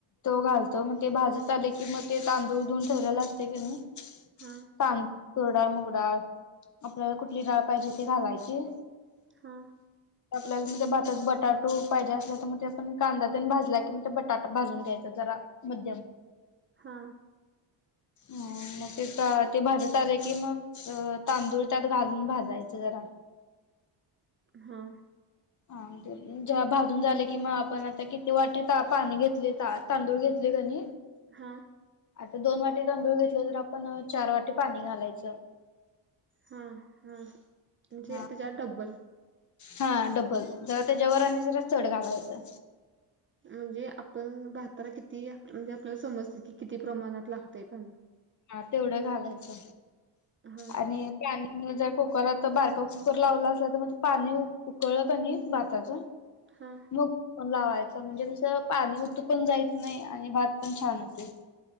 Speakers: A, on the left; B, on the right.
A: तो घालतो मग ते भाजत आले की मग ते तांदूळधून ठेवयला असते की नाही.
B: हा
A: तांद तुरडाळ मुगडाळ आपल्याला कुठली डाळ पाहिजे ती घालायची.
B: हां
A: आपल्याला म त्या भातात बटाटू पाहिजे असल्या तर मग ते पण कांदा तेन भाजला की बटाटा भाजून घ्यायचा जरा मध्यम
B: हा
A: ह मग ते ते भाजत आले की मग तांदूळ त्यात घालून भाजायचं जरा
B: हा
A: हाे ज्या भाजून झाले किं आपण आता किती वाटे त पाणी घेतले त तांदूळ घेतले का नई
B: हा
A: आता दोन वाटी तांदूळ घेतले तर आपण चार वाटी पाणी घालायचं.
B: हा हा म्हणजे
A: हा
B: त्याच्या डब्बल
A: हा डबल जरा त्याच्यावर आणि जरा चड घालायचं
B: म्हणजे आपण भहातार किती म्हणजे आपल्याला समजते की किती प्रमाणात लागतय पाणी
A: हा तेवढं घालायचं
B: हा
A: आणि पाणी जर कुकरात बारका कुकर लावलं असल तर मग पाणी उकळत की नी भाताचं
B: हा
A: मग लावायच म्हणजे कसं पाणी तं पण जायच नाही आणि भात पण छान होते.